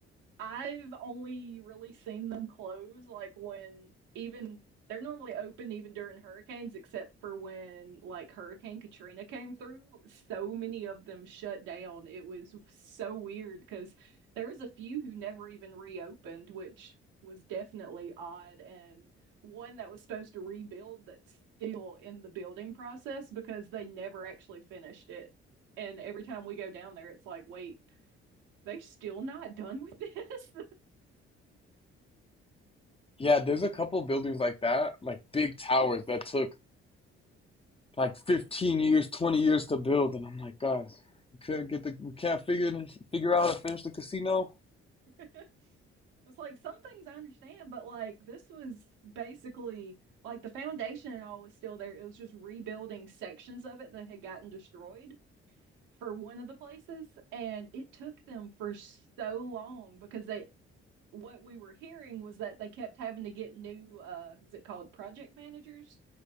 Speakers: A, on the right; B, on the left.
A: I've only really seen them close like when even they're normally open even during hurricanes, except for when like Hurricane Katrina came through. So many of them shut down. It was so weird because there was a few who never even reopened, which was definitely odd. And one that was supposed to rebuild that's still in the building process because they never actually finished it. And every time we go down there, it's like, wait, they're still not done with <laughs> this.
B: yeah there's a couple buildings like that like big towers that took like 15 years, 20 years to build, and I'm like, guys, we could get the we can't figure figure out how to finish the casino.
A: <laughs> It's like some things I understand, but like this was basically like the foundation and all was still there. It was just rebuilding sections of it that had gotten destroyed for one of the places. And it took them for so long because they, what we were hearing was that they kept having to get new, uh, is it called project managers?